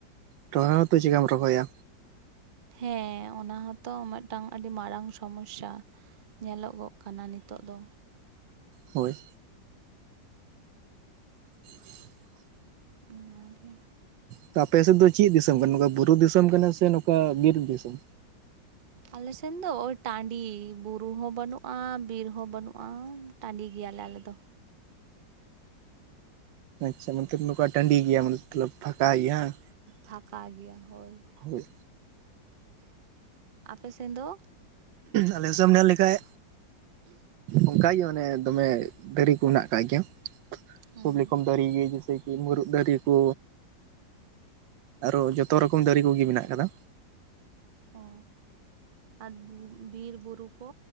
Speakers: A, on the right; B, on the right.
A: ᱨᱚᱦᱚᱭ ᱦᱚᱸᱛᱚ ᱪᱮᱠᱟᱢ ᱨᱚᱦᱚᱭᱟ᱾
B: ᱦᱮᱸ ᱚᱱᱟ ᱦᱚᱸᱛᱚ ᱢᱤᱫᱴᱟᱝ ᱟᱹᱰᱤ ᱢᱟᱨᱟᱝ ᱥᱚᱢᱚᱥᱥᱟ᱾ ᱧᱮᱞᱚᱜᱚᱜ ᱠᱟᱱᱟ ᱱᱤᱛᱚᱜ ᱫᱚ᱾
A: ᱦᱳᱭ <inaudible>
B: ᱚᱱᱟᱜᱮ
A: ᱛᱚ ᱟᱯᱮ ᱥᱮᱫ ᱫᱚ ᱪᱮᱫ ᱫᱤᱥᱚᱢ ᱠᱟᱱᱟ, ᱱᱚᱝᱠᱟ ᱵᱩᱨᱩ ᱫᱤᱥᱚᱢ ᱠᱟᱱᱟ ᱥᱮ ᱱᱚᱝᱠᱟ ᱵᱤᱨ ᱫᱤᱥᱚᱢ᱾
B: ᱟᱞᱮᱥᱮᱱ ᱫᱚ ᱳ ᱴᱟᱺᱰᱤ ᱵᱩᱨ ᱨᱩ ᱦᱚᱸ ᱵᱟᱹᱱᱩᱜᱼᱟ, ᱵᱤᱨ ᱦᱚᱸ ᱵᱟᱹᱱᱩᱜᱼᱟ, ᱴᱟᱺᱰᱤ ᱜᱮᱭᱟᱞᱮ ᱟᱞᱮ ᱫᱚ᱾
A: ᱟᱪᱪᱷᱟ ᱱᱚᱱᱛᱮ ᱱᱚᱝᱠᱟ ᱴᱟᱺᱰᱤ ᱜᱮᱭᱟ ᱢᱚᱛᱞᱚᱵ ᱯᱷᱟᱸᱠᱟ ᱜᱮᱭᱟ ᱵᱟᱝ᱾
B: ᱯᱷᱟᱠᱟ ᱜᱮᱭᱟ ᱦᱳᱭ᱾
A: ᱦᱳᱭ
B: ᱟᱯᱮ ᱥᱮᱱ ᱫᱚ?
A: ᱟᱞᱮ ᱥᱮᱢ ᱧᱮᱞ ᱞᱮᱠᱷᱟᱡ, ᱚᱱᱠᱟᱜᱮ ᱚᱱᱮ ᱫᱚᱢᱮ ᱫᱟᱨᱤ ᱠᱩ ᱢᱮᱱᱟᱜ ᱠᱟᱜ ᱜᱮᱭᱟ,
B: ᱦᱮᱸ
A: ᱠᱷᱩᱵ ᱞᱮᱠᱚᱢ ᱫᱟᱨᱤ ᱜᱤ ᱡᱮᱥᱮ ᱠᱤ ᱢᱩᱨᱩᱫ ᱫᱟᱨᱤ ᱠᱚ᱾ ᱟᱨᱚ ᱡᱚᱛᱚ ᱨᱚᱠᱚᱢ ᱫᱟᱨᱤ ᱠᱚᱜᱤ ᱢᱮᱱᱟᱜ ᱠᱟᱫᱟ᱾
B: ᱚ ᱟᱨ ᱵᱤᱨ ᱵᱩᱨᱩ ᱠᱚ᱾